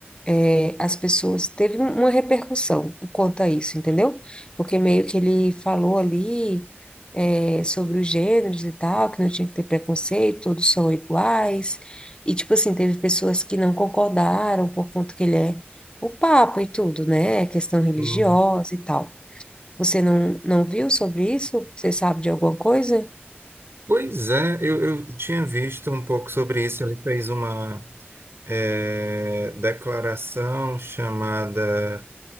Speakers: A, on the left; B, on the right.
A: eh, as pessoas teve um, uma repercussão quanto a isso, entendeu? Porque meio que ele falou ali eh, sobre os gêneros e tal, que não tinha que ter preconceito, todos são iguais. E tipo assim, teve pessoas que não concordaram por conta que ele é o papa e tudo, né? Questão religiosa
B: uhum.
A: e tal. Você não, não viu sobre isso? Você sabe de alguma coisa?
B: Pois é, eu, eu tinha visto um pouco sobre isso. Ele fez uma eh, declaração chamada,